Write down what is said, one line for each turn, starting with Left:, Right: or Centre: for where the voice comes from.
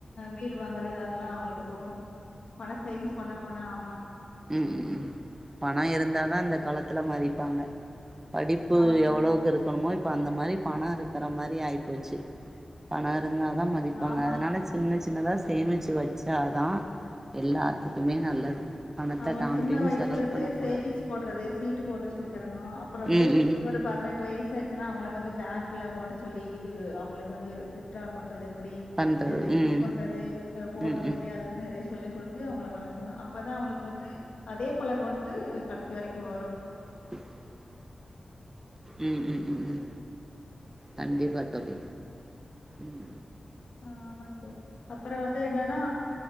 Left: வீடு வாங்கறது அதெல்லா லா அவுங்களுக்கு தோணும் பண சைஸ் பண்ண பண்ண ஆமா
Right: உம் உம் பண இருந்தாதா இந்த காலத்துல மதிப்பாங்க படிப்பு
Left: ஆமா
Right: எவ்வளவுக்கு இருக்கணுமோ இப்ப அந்த மாரி பண இருக்கற மாரி ஆயி போச்சு பண இருந்தாதா மதிப்பாங்க
Left: ஆமா
Right: அதனால சின்ன சின்னதா சேமிச்சு வச்சாதா எல்லாத்துக்குமே நல்லது பணத்த
Left: அவன்
Right: டாம்
Left: சின்ன
Right: டீம்னு
Left: வயசுல
Right: செலவு
Left: இருந்து
Right: பண்ணக்கூடாது
Left: சேவிங்ஸ் போடுறது சீட்டு போடுற சொல்லி தரணு அப்புற வந்து
Right: ம் ம் ம்
Left: ஒரு பதினெட்டு வயசா த்தினா அவுங்களுக்கு வந்து பேங்க்ல போட சொல்லி இதுவு அவுங்களுக்கு வந்து வித்ரா பண்றது அப்பிடி
Right: பண்றது
Left: அ
Right: ம்
Left: இது பண்றது போடுறது
Right: ம் ம் ம்
Left: எப்படிய
Right: ம்
Left: அது எரைஸ் சொல்லி கொடுத் து அவுங்கள வளர்க்கணும் அப்பதா அவுங்களுக் வந்து அதே பழக்க வந்து கடைசி வரைக்கும் வரும்
Right: ஹ <inaudible> உம் உம் உம் உம் கண்டிப்பா தோழி உம்
Left: ஆஹ் ஆமா ச அப்பற வந்து என்னன்னா